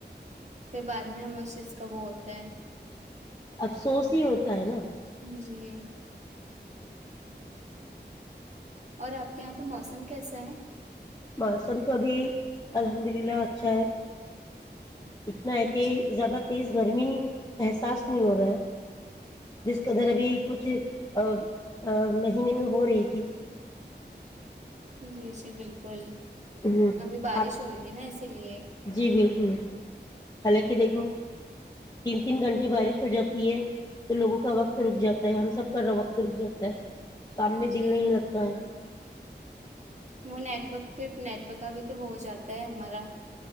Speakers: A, on the right; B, on the left.
A: پھر بعد میں ہمر شس کا وہ ہوتا ہے
B: افسوس ہی ہوتا ہے نا
A: ہے جی اور آپ کے یہاں پہ موسم کیسا ہے
B: موسم تو ابھی الحمد للہ اچھا ہے اتنا ہے کہ
A: جی
B: زیادہ تیز گرمی احساس نہیں ہو رہا ہے جس کےدھر ابھی کچھ ا نہیں اگنی میں پوروریتی
A: جی جی بالکل
B: ہوں
A: ابھی بارش
B: آپ
A: ہو رہی ہے نا اسی لیے
B: جی بالکل حالانکہ دیکھو تین تین گھنٹے بارش ہو جاتی ہے تو لوگوں کا وقت رک جاتا ہے ہم سب کر وقت رک جاتا ہے سامنے
A: جی
B: دل نہیں لگتا
A: بالکل
B: ہے
A: وہ نیٹورک پہ نیٹورک کا بھی تو ہو جاتا ہے ہمارا